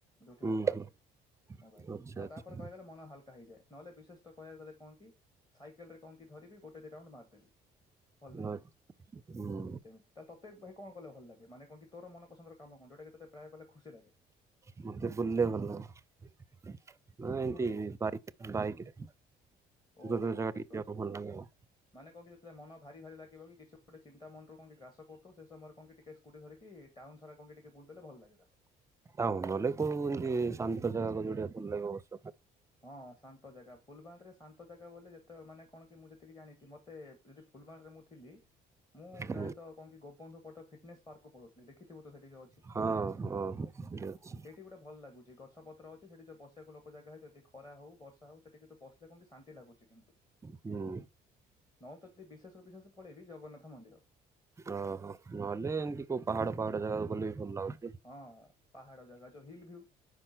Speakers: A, on the left; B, on the right.
A: ଯୋଉଠି
B: ହୁଁ
A: ମୋ ପା
B: ହୁଁ
A: ଥାଏ ମୋବାଇଲରେ
B: ଆଚ୍ଛା
A: ଆଉ
B: ଆଚ୍ଛା
A: ତା ପରେ କହିଦେଲେ ମନ ହାଲ୍ କା ହେଇଯାଏ ନହେଲେ ବିଶେଷ ତ କହିବାକୁ ଗଲେ କଣ କି ସାଇକେଲରେ କଣ କିି ଧରିବି ଗୋଟେ ଦି ରାଉଣ୍ଡ ମାରିଦେବି ଭଲ ଲାଗିବ
B: ଆ- ହୁଁ
A: ସେମିତି। ତାହାଲେ ତତେ କଣ କଲେ ଭଲ ଲାଗେ ମାନେ କଣ କି ତୋର ମନ ପସନ୍ଦର କାମ କଣ ଯୋଉଟା କି ତତେ ପ୍ରାୟେ କଲେ ଖୁସି ଲା
B: ମତେ ବୁଲିବାକୁ ଭଲ ଲାଗେ। ମାନେ ଏମତି
A: ସ୍କୁଟିରେ
B: ବାଇକ୍ ବାଇକିରେ
A: ଓହୋ
B: ଦୂର ଜାଗା
A: ଠିକ
B: ବି ଯିବାକୁ
A: ଅଛି।
B: ଭଲ ଲାଗିବ।
A: ମାନେ କଣ କି ଯେତୋଳେ ମନ ଭାରି ଭାରି ଲାଗିବ କି କିଛି ଗୋଟେ ଚିନ୍ତା ମନରୁ କଣ କି ଗ୍ରାସ କରୁଥୁବ ସେ ସମୟରେ କଣ କି ଟିକେ ସ୍କୁଟି ଧରିକି ଟାଉନ ସାରା କଣ ଟିକେ ବୁଲଦେଲେ ଭଲଲାଗେ ତାଲେ।
B: ଟାଉନ୍ ନହେଲେ କୋଉ ଏମତି ଶାନ୍ତ ଜାଗା କହିଲୁ ଗୋଟେ ଭଲ ଲାଗିବ ବସ
A: ହଁ ଶାନ୍ତ ଜାଗା ଫୁଲବାଣୀରେ ଶାନ୍ତ ଜାଗା ବୋଲେ ଯେତେ ମାନେ କଣ କି ମୁଁ ଯେତିକି ଜାଣିଚି ମତେ ଯଦି ଫୁଲବାଣୀରେ ମୁଁ ଥିଲି ମୁଁ
B: ହୁଁ
A: ପ୍ରାୟତ କଣ କି ଗୋପ ବନ୍ଧୁ ପଟ ଫିଟନେସ୍ ପାର୍କକୁ ପଳୋଉଥିଲି ଦେଖଥିବୁ ତ ସେଠି ଯୋଉ ଅଛି।
B: ହଁ ହଁ ସେଠି ଅଛି।
A: ଠି ଗୋଟେ ଭଲ ଲାଗୁଚି ଗଛପତ୍ର ଅଛି ସେଠି ଯୋଉ ବସିବାକୁ ଲୋକ ଜାଗା ହେଇଚନ୍ତି ଖରା ହୋଉ ବର୍ଷା ହୋଉ ସେଠି କିନ୍ତୁ ବସିଲେ କଣ କି ଶାନ୍ତି ଲାଗୁଚି କିନ୍ତୁ।
B: ହୁଁ
A: ନହେଲେ ତ ଦି ବିଶେଷରୁୁ ବିଶେଷ ପଳେଇବି ଜଗନ୍ନାଥ ମନ୍ଦିର।
B: ଓହୋ ନହେଲେ ଏମତି କୋଉ ପାହାଡ ପାହାଡ ଜାଗାକୁ ଗଲେ ବି ଭଲ ଲାଗୁଚି।
A: ହଁ ପାହାଡ ଜାଗା ଯୋଉ ହିଲଭ୍ୟୁ।